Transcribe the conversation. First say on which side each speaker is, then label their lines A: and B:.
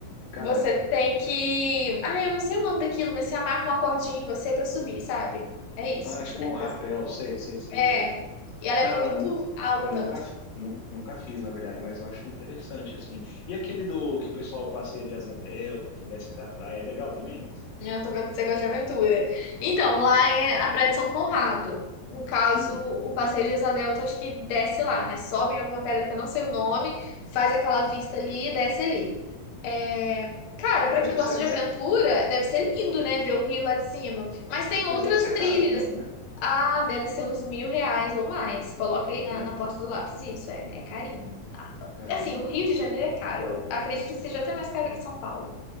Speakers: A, on the left; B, on the left.
A: caramba.
B: Você tem que. Ah, eu não sei o nome daquilo, mas você amarra uma cordinha em você pra subir, sabe? É isso
A: Ah, tipo
B: que você tem
A: um
B: que
A: rapel,
B: fazer.
A: sei, sei, sei
B: É.
A: que é.
B: E ela é
A: Não,
B: muito
A: eu nunca,
B: alta,
A: eu nunca, nunca, nunca fiz, na verdade, mas eu acho que é interessante, assim. E aquele do que o pessoal passeia de asa delta, que desce até a praia, é legal também?
B: Eu tô vendo que você gosta de aventura. Então, lá é a Praia de São Conrado. No caso,
A: Hum,
B: o Passeio de Asa Delta, acho que desce lá, né? Sobe em alguma pedra que eu não sei o nome, faz aquela vista ali e desce ali. É, Cara, pra
A: mas
B: quem
A: deve
B: gosta
A: ser,
B: de aventura,
A: de-
B: deve ser lindo, né? Ver o rio lá de cima. Mas tem outras
A: mas deve ser
B: trilhas.
A: cara também, né?
B: Ah, deve ser uns mil reais ou mais. Coloca aí na,
A: Eita,
B: na ponta do lápis isso, é, é carinho. Ah,
A: caramba,
B: Assim, o Rio de Janeiro é caro. Eu acredito que seja até mais caro que São Paulo.